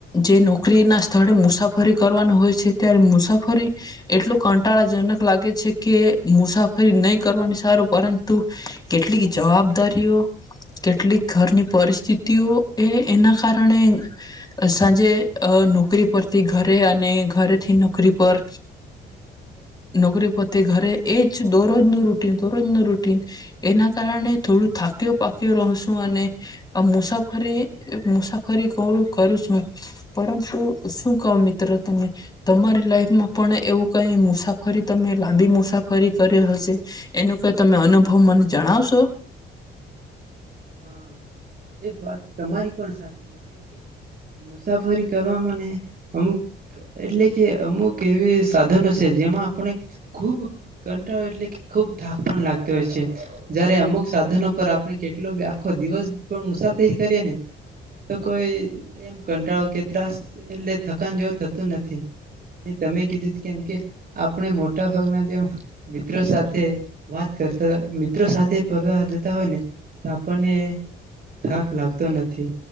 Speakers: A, on the left (about 20°); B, on the right (about 50°).
A: જે નોકરી ના સ્થળે મુસાફરી કરવાનું હોય છે ત્યારે મુસાફરી એટલું... કંટાળાજનક લાગે છે કે મુસાફરી નહી કરવાની સારું પરંતુ કેટલીક જવાબદારીઓ કેટલીક ઘરની પરિસ્થિતિઓ એ એના કારણે સાંજે નોકરી પરથી ઘરે અને ઘરેથી નોકરી પર... નોકરી પરથી ઘરે એ જ દોરોજનું રૂટીન દોરોજનું રૂટીન એના કારણે થોડું થાક્યો પાક્યો રહશું અને મુસાફરી મુસાફરી હું કરું છું પરંતુ શું કહો મિત્રો તમે તમારી લાઈફમાં પણ એવું... કઈ મુસાફરી તમે લાંબી મુસાફરી કરે હશે એનું કઈ તમે અનુભવ મને જણાવશો.
B: હા એ વાત તમારી પણ સાચી છે કેમ કે મુસાફરી કરવામાને અમુક એટલે કે અમુક એવી સાધનો છે જેમાં આપણે ખૂબ કંટાળો એટલે કે ખૂબ થાક પણ લાગતી હોય છે, જયારે અમુક સાધનો પર આપણે કેટ કેટલો બી આખો દિવસ પણ મુસાફરી કરીએ ને તો કોઈ એમ કંટાળો કે ત્રાસ એટલે થકાન જેવું થતું નથી, તમે કીધું કેમ કે આપણે મોટા ભાગના જેમ મિત્રો સાથે વાત કરતા, મિત્રો સાથે ફરવા જતા હોય ને... આપણને થાક લાગતો નથી,